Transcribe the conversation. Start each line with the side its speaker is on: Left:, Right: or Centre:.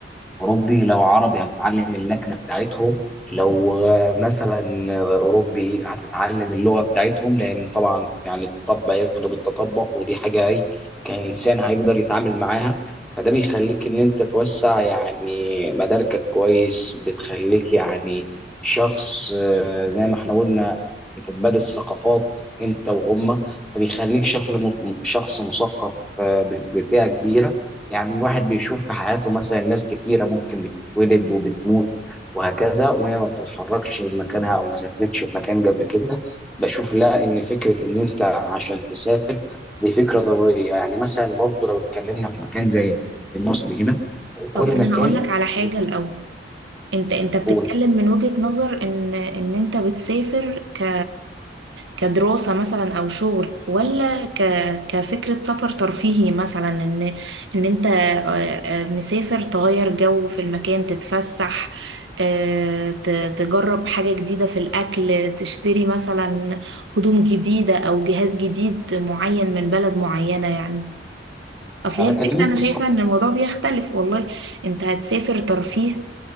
Centre: اوروبي لو عربي هتتعلم اللكنه بتاعتهم لو آه، مثلا آه، اوروبي هتتعلم اللغه بتاعتهم لان طبعا يعني الطبع يغلب التطبع ودي حاجه اي كانسان هيقدر يتعامل معاها فده بيخليك ان انت توسع يعني مداركك كويس بتخليك يعني شخص آه، زي ما احنا قلنا بتتبادل ثقافات انت وهم فبيخليك شخص شخص مثقف آه، ب- بفئه كبيره يعني الواحد بيشوف في حياته مثلا ناس كتيرة ممكن بتتولد وبتموت وهكذا وهي ما بتتحركش من مكانها او ما سافرتش في مكان قبل كده بشوف لا ان فكرة ان انت عشان تسافر دي فكرة ضرورية يعني مثلا برضو لو اتكلمنا في مكان زي مصر هنا
Right: طب
Centre: كل
Right: انا
Centre: مكان
Right: هقولك على حاجة
Centre: في
Right: الاول انت انت بتتكلم
Centre: قول
Right: من وجهة نظر ان ان انت بتسافر ك كدراسة مثلا او شغل ولا ك كفكرة سفر ترفيهي مثلا ان ان انت آه، آه، مسافر تغير جو في المكان تتفسح آه، ت- تجرب حاجة جديدة في الأكل تشتري مثلا هدوم جديدة أو جهاز جديد معين من بلد معينة يعني أصل
Centre: انا
Right: هي الفكرة
Centre: بكلمك
Right: أنا
Centre: في
Right: شايفة
Centre: الصعيد
Right: إن الموضوع بيختلف والله انت هتسافر ترفيه